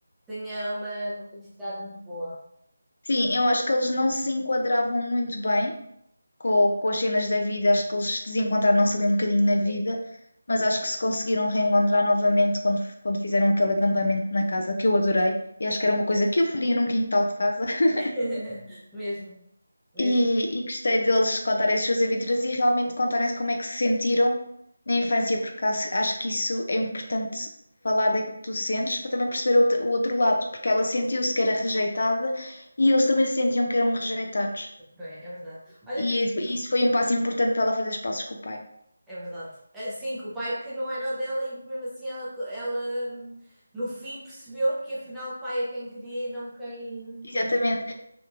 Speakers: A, in the centre; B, on the left.
A: tinha uma complicidade muito boa.
B: Sim, eu acho que eles não se enquadravam muito bem com, com as cenas da vida, acho que eles desencontraram-se ali um bocadinho na vida,
A: Sim.
B: mas acho que se conseguiram reencontrar novamente quando, quando fizeram aquele acampamento na casa, que eu adorei, e acho que era uma coisa que eu faria num quintal de casa, <laughs>
A: <laughs> Mesmo, mesmo,
B: e, e gostei deles contarem as suas aventuras e realmente contarem como é que se sentiram na infância, porque acho, acho que isso é importante. Falar daquilo que tu sentes para também perceber o outro o outro lado, porque ela sentiu-se que era rejeitada e eles também se sentiam que eram rejeitados.
A: bem, é verdade. Olha,
B: E,
A: temos-
B: isso e isso foi um passo importante para ela fazer os passos com o pai.
A: é verdade. assim que o pai que não era o dela e mesmo assim ela, ela, hum, no fim percebeu que afinal o pai é quem queria e não quem,
B: Exatamente.
A: quem